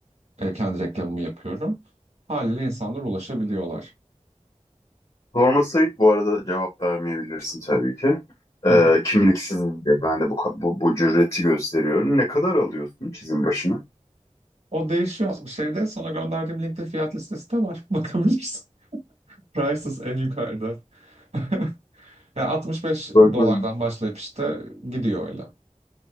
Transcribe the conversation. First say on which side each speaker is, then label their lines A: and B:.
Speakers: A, on the right; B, on the left.
A: E, kendi reklamımı yapıyorum. Haliyle insanlar ulaşabiliyorlar.
B: Sorması ayıp bu arada cevap vermeyebilirsin tabii ki. E,
A: Hı hı.
B: kimliksiz diye ben de bu, bu, bu cüreti gösteriyorum. Ne kadar alıyorsun çizim başına?
A: O değişiyor. Şeyde sana gönderdiğim linkte fiyat listesi de var. <laughs> Bakabilirsin. Prices en yukarıda. <laughs> Ya 65
B: Bakma
A: dolardan başlayıp işte gidiyor öyle.